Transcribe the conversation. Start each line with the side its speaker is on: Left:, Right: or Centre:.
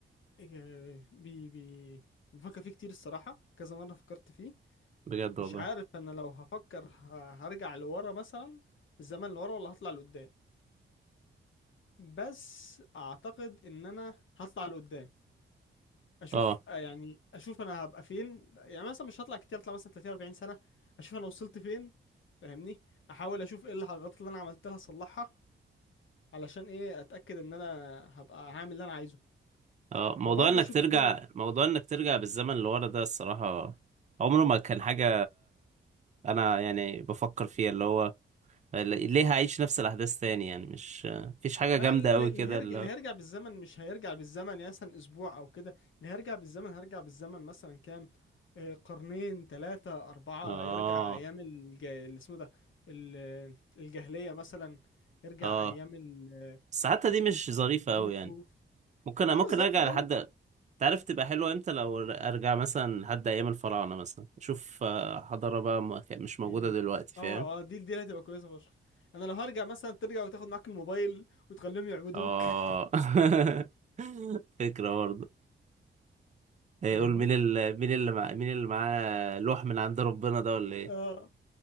Left: إيه، بي بي بفكر فيه كتير الصراحة كذا مرة فكرت فيه
Right: بجد
Left: مش
Right: والله
Left: عارف انا لو هفكر ه- هرجع لورا مثلا في الزمن لورا ولا هطلع لقدام بس اعتقد ان انا هطلع لقدام اشوف
Right: اه
Left: آه، يعني اشوف انا هبقى فين يعني مثلا مش هطلع كتير هطلع مثلا 30 40 سنة اشوف انا وصلت فين فاهمني احاول اشوف ايه الغلطات اللي انا عملتها اصلحها علشان ايه اتاكد ان انا هبقى هعمل اللي انا عايزه
Right: اه موضوع
Left: وبرضه
Right: انك
Left: اشوف
Right: ترجع
Left: الدنيا
Right: موضوع انك ترجع بالزمن لورا ده الصراحة عمره ما كان حاجة انا يعني بفكر فيها اللي هو ليه هعيش نفس الاحداث تاني يعني مش آه، مفيش حاجة
Left: ما
Right: جامدة
Left: ال-
Right: قوي
Left: اللي
Right: كده
Left: هيرجع
Right: اللي
Left: اللي
Right: هو
Left: هيرجع بالزمن مش هيرجع بالزمن يعني مثلا اسبوع او كده اللي هيرجع بالزمن هيرجع بالزمن مثلا كام آه، قرنين ثلاثة أربعة
Right: اه
Left: يرجع أيام الج... اللي اسمه ده ال- الجاهلية مثلا يرجع
Right: اه
Left: أيام ال-
Right: بس حتى دي مش ظريفة
Left: رجول
Right: قوي
Left: الكهوف
Right: يعني ممكن
Left: اه
Right: ممكن
Left: مش ظريفة
Right: ارجع
Left: قوي
Right: لحد تعرف تبقى حلوة امتى لو ارجع مثلا لحد ايام الفراعنة مثلا اشوف آه، حضارة بقى ما كا- مش موجودة
Left: امم
Right: دلوقتي فاهم
Left: اه اه دي دي اللي هتبقى كويسة فشخ انا لو هرجع مثلا ترجع وتاخد معاك الموبايل وتخليهم يعبدوك
Right: اه
Left: <laughs>
Right: <laughs> فكرة برضه يقول
Left: فاهمني
Right: مين اللي مين اللي مع... مين اللي معاه لوح من عند ربنا ده ولا ايه
Left: اه